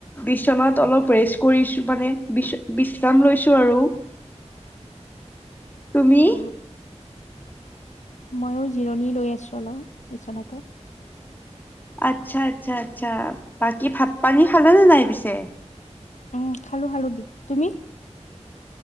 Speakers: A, on the left; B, on the left.
A: বিচনাত অলপ ৰেষ্ট কৰিছো মানে বিশ্ৰাম লৈছো আৰু তুমি
B: অ ময়ো জিৰণি লৈ আছোঁ অলপ বিচনাতে
A: আচ্ছা আচ্ছা আচ্ছা বাকী ভাত পানী খালে নে নাই পিছে
B: উম খালো খালো দি তুমি